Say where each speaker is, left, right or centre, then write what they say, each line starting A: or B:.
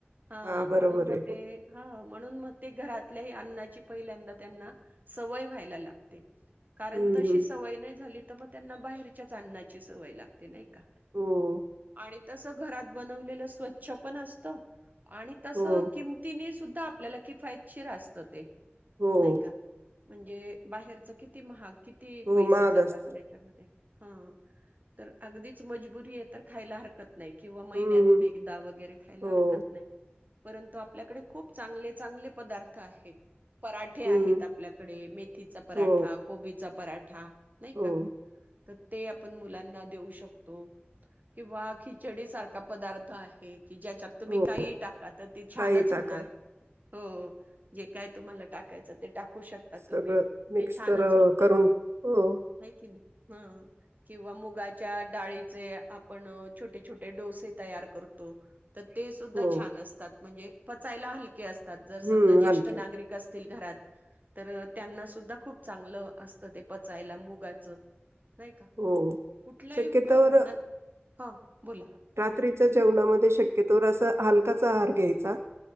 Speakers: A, on the right (about 40°); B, on the right (about 90°).
A: ह.
B: हा
A: म्हणून
B: बरोबर
A: मग
B: आहे.
A: ते, ह- म्हणून मग ते घरातल्या अन्नाचीही पहिल्यांदा त्यांना सवय व्हायला लागते. कारण
B: हम्म
A: तशी
B: हम्म.
A: सवय नाही झाली- त मग त्यांना बाहेरच्याच अन्नाची सवय लागते नाही का?
B: हो.
A: आणि- तस घरात बनवलेलं स्वच्छ पण असत- आणि तस
B: हो.
A: किमतीने- सुद्धा आपल्याला किफायतशीर असतं ते.
B: हो.
A: नाही का? म्हणजे, बाहेरचं किती महाग- किती
B: हो
A: पैसे
B: महाग
A: जातात
B: असतं.
A: त्यांच्यामध्ये - हा. तर अगदीच मजबुरी आहे तर खायला हरकत- नाही किंवा महिन्यातून
B: हम्म हम्म.
A: एकदा वगैरे खायला
B: हो.
A: हरकत नाही. परंतु आपल्याकडे खूप चांगले चांगले पदार्थ आहेत. पराठे
B: हम्म.
A: आहेत आपल्याकडे. मेथीचा पराठा,
B: हो.
A: कोबीचा- पराठा. नाही
B: हो.
A: का? तर ते आपण मुलांना देऊ शकतो किंवा खिचडी सारखा पदार्थ आहे- कि ज्याच्यात तुम्ही
B: हो.
A: काही- टाका तर ते छानच
B: काही टाका.
A: होणार. हो, जे काय- तुम्हाला टाकायंच ते टाक- कू शकता तुम्ही.
B: सगळं मिक्स
A: ते छानच
B: कर
A: होत.
B: करून. हो.
A: आहे कि नाही? ह किंवा मुगाच्या डाळीचे आपण छोटे छोटे डोसे तयार करतो. तर ते-
B: हो.
A: छान असतात म्हणजे- पचायला हलके असते जर
B: हम्म,
A: सजा जेष्ठ
B: हलके.
A: नागरिक असत घरात तर त्यांना सुद्धा खूप चांगलं असत ते पचायला मुगाच नाही का
B: हो.
A: कुठलाही
B: शक्यतोवर
A: अ न ह बोला
B: रात्री चा जेवणामध्ये शक्यतो अस हलकाचा आहार घ्यायचा